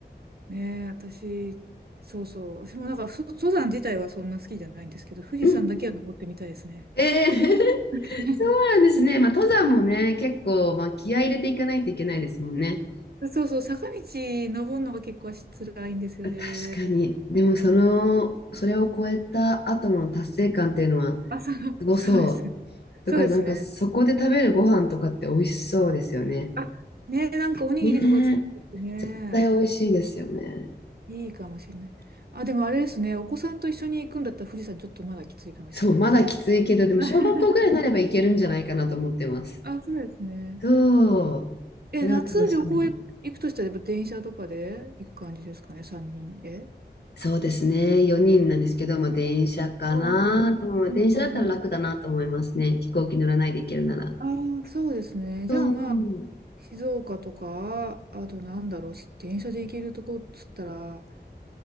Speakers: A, on the right; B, on the left.
A: ねえ、私、そうそう、私もなんかそ登山自体はそんな好きじゃないんですけど、富士山だけは登ってみたいですね。
B: うんえー <laughs>
A: <laughs>
B: そうなんですね。まあ、登山もね、結構、まあ、気合い入れていかないといけないですもんね。
A: そうそう、坂道登るのが結構足辛いんですよね。
B: 確かに。でも、その、それを超えた後の達成感っていうのは、
A: あ、そのそうですね。
B: すごそう。とか、
A: そうですね。
B: なんか、そこで食べるご飯とかって美味しそうですよね。
A: あ、ねえ、なんかおにぎりとか作っててね、
B: ねえ。絶対美味しいですよね。
A: いいかもしれない。あ、でもあれですね、お子さんと一緒に行くんだったら富士山ちょっとまだきついかもしれないです。
B: そう、まだきついけど、でも、
A: <laughs>
B: 小学校ぐらいになればいけるんじゃないかなと思ってます。
A: あ、そうですね。
B: そう。
A: え、
B: それを楽しみに。
A: 夏旅行行行くとしたら、やっぱ電車とかで行く感じですかね、三人で。
B: そうですね。4人なんですけど、も電車かなと思う。
A: ああ、そうですね。うんうんう
B: 電車だったら楽だなと思いますね。飛行機乗らないで行けるなら。
A: ん。ああ、そうですね。
B: うん。
A: じゃあまあ、静岡とか、あとなんだろう、し電車で行けるとこっつったら、